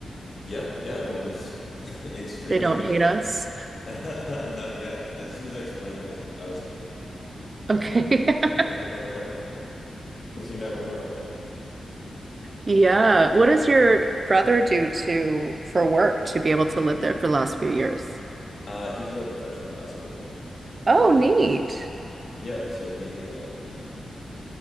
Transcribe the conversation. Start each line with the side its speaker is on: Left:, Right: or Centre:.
Left: Yeah, yeah, everyone was <laughs> extremely
Right: They don't
Left: nice.
Right: hate us.
Left: <laughs> Not yet. As soon as I explained I was I was Canadian.
Right: Okay.
Left: <laughs>
Right: <laughs>
Left: Because you never know, right?
Right: Yeah. What does your brother do to for work to be able to live there for the last few years?
Left: Uh, he's a professional basketball player.
Right: Oh, neat.
Left: Yeah, so he um